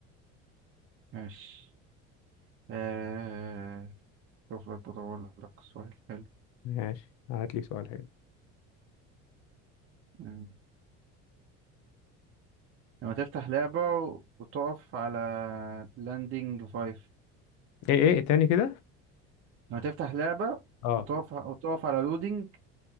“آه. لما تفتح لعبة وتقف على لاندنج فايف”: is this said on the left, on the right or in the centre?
Right